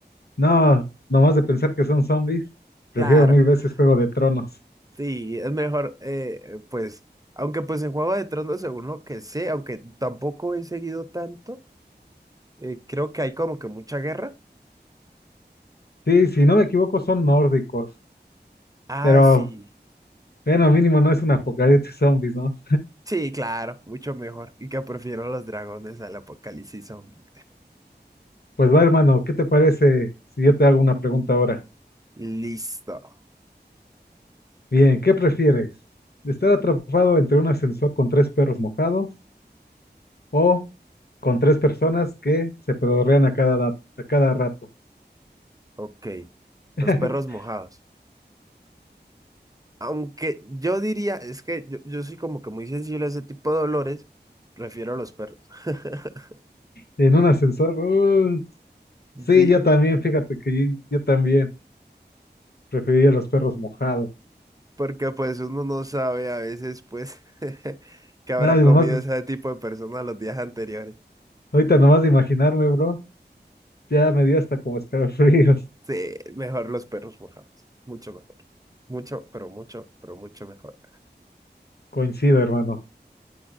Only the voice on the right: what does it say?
Claro.
<laughs>
Sí, es mejor, eh, pues. Aunque, pues en Juego de Tronos, según lo que sé, aunque tampoco he seguido tanto, eh, creo que hay como que mucha guerra.
Ah,
sí.
Sí, claro, mucho mejor. Y que prefiero los dragones al apocalipsis zombie.
Listo.
Ok.
Los perros mojados. Aunque yo diría, es que yo, yo soy como que muy sensible a ese tipo de dolores, prefiero a los perros. <laughs>
Sí,
porque pues uno no sabe a veces pues <laughs> que habrá
comido
ese tipo de persona los días anteriores.
Sí, mejor los perros mojados. Mucho mejor. Mucho, pero mucho, pero mucho mejor.